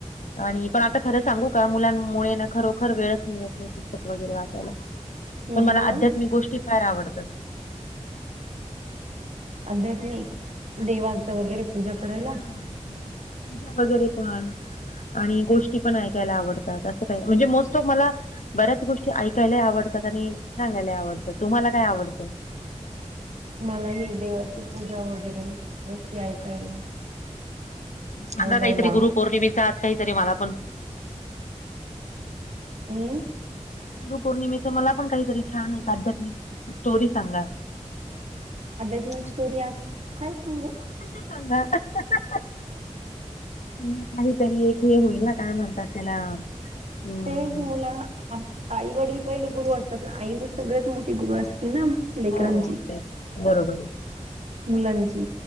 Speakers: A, on the left; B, on the right.
A: आणि पण आता खरं सांगू का, मुलांमुळे ना खरोखर वेळच मिळत पुस्तक वगैरे वाचायला
B: हम्म
A: पण मला,
B: मग
A: आध्यात्मिक गोष्टी फार आवडतात.
B: आध्यात्मिक देवांच
A: हम्म.
B: वगैरे पूजा करायला.
A: हा देवांची पूजा वगैरे पण आणि गोष्टी पण ऐकायला आवडतात, असं काय म्हणजे मोस्ट ऑफ मला. बऱ्याच गोष्टी ऐकायला आवडतात, आणि सांगायला आवडतात तुम्हाला काय आवडतं.
B: मला ही देवाची पूजा वगैरे गोष्टी ऐकायला.
A: सांगा
B: बोलायला
A: काहीतरी गुरु पौर्णिमेच, आज काहीतरी मला पण.
B: अमं.
A: गुरुपौर्णिमेच मला पण, काहीतरी छान एक आध्यात्मिक स्टोरी सांगा.
B: आध्यात्मिक स्टोरी आज काय सांगू.
A: काहीही सांगा हा हा हा. ह काहीतरी एक हे होईल ना, काय म्हणतात त्याला. अं,
B: ते मुला आई वडील पहिले गुरु असतात ना, आई म सगळ्यात मोठी गुरु असते ना. लेकरांची
A: हो ते बरोबर आहे
B: मुलांची.